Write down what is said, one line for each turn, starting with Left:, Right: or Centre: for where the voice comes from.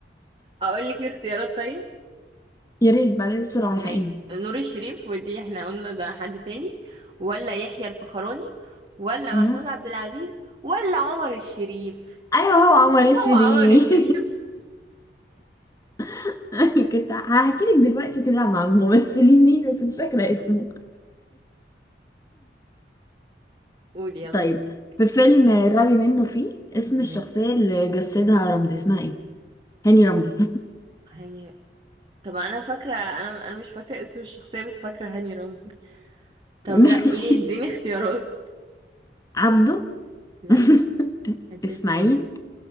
Right: اقول لك الاختيارات طيب
Left: <laughs> يا ريت بعدين بسرعة الحقيني
Right: ماشي نور الشريف ودي احنا قلنا ده حد تاني ولا يحيى الفخراني ولا
Left: ايوه
Right: محمود عبد العزيز ولا عمر الشريف
Left: ايوه هو عمر الشريف
Right: لا هو عمر الشريف
Left: <laughs> كنت هحكي لك دلوقتي طلع مع الممثلين مين بس مش فاكرة اسمه
Right: قولي يلا
Left: طيب
Right: سؤال
Left: في فيلم غبي منه فيه اسم
Right: ماشي
Left: الشخصية اللي جسدها رمزي اسمها ايه؟ هاني رمزي
Right: هاني طب انا فاكره انا انا مش فاكره اسم الشخصيه بس فاكره هاني رمزي طب
Left: <laughs>
Right: لا قولي اديني اختيارات
Left: عبده
Right: لا
Left: <laughs>
Right: كانش
Left: اسماعيل
Right: اسمه عمرو